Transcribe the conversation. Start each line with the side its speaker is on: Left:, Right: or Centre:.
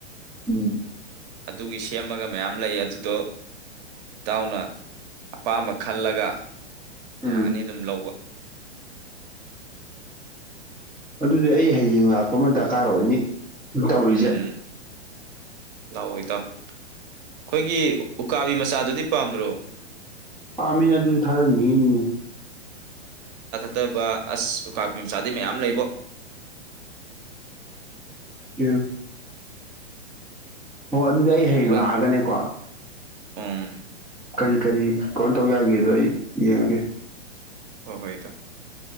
Centre: ꯎꯝ
Right: ꯑꯗꯨꯒꯤ ꯁꯦꯝꯃꯒ ꯃꯌꯥꯝ ꯂꯩ ꯑꯗꯨꯗꯣ ꯏꯇꯥꯎꯅ ꯑꯄꯥꯝꯕ ꯈꯜꯂꯒ ꯌꯥꯒꯅꯤ
Centre: ꯎꯝ
Right: ꯑꯗꯨꯝ ꯂꯧꯕ
Centre: ꯑꯗꯨꯗꯤ ꯑꯩ ꯍꯌꯦꯡ ꯂꯥꯛꯄ ꯑꯃ ꯗꯔꯀꯥꯔ ꯑꯣꯏꯅꯤ ꯇꯧꯔꯤꯁꯦ
Right: ꯎꯝ ꯎꯝ ꯂꯥꯛꯑꯣ ꯏꯇꯥꯎ ꯑꯩꯈꯣꯏꯒꯤ ꯎꯀꯥꯕꯤ ꯃꯆꯥꯗꯨꯗꯤ ꯄꯥꯝꯗ꯭ꯔꯣ
Centre: ꯄꯥꯝꯃꯤꯅꯦ ꯑꯗꯨꯁꯨ ꯊꯥꯗꯅꯤꯡꯉꯤꯃꯤꯅꯦ
Right: ꯐꯠꯇꯕ ꯑꯁ ꯎꯀꯥ ꯃꯆꯥꯗꯤ ꯃꯌꯥꯝ ꯂꯩꯕꯣ
Centre: ꯎ ꯍꯣꯏ ꯑꯗꯨꯗꯤ ꯑꯩ ꯍꯌꯦꯡ
Right: ꯍꯣꯏ
Centre: ꯂꯥꯛꯑꯒꯅꯦꯀꯣ
Right: ꯎꯝ
Centre: ꯀꯔꯤ ꯀꯔꯤ ꯀꯅ ꯇꯧ ꯌꯥꯒꯦꯗꯣ ꯑꯩ ꯌꯦꯡꯉꯒꯦ
Right: ꯍꯣꯏ ꯍꯣꯏ ꯏꯇꯥꯎ